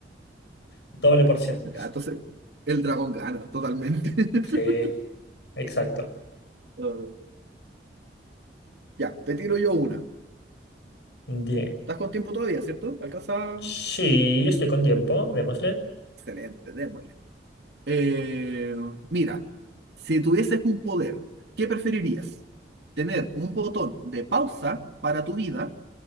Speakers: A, on the left (about 75°); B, on the right (about 70°).
A: Doble porción.
B: Ya, Entonces, el dragón gana totalmente. <laughs>
A: Sí, exacto.
B: Ah, Ya, te tiro yo una.
A: Dime.
B: ¿Estás con tiempo todavía, cierto? Alcanza.
A: Sí, estoy con tiempo, démosle.
B: Excelente, démosle. Eh, mira, si tuvieses un poder, ¿qué preferirías? ¿Tener un botón de pausa para tu vida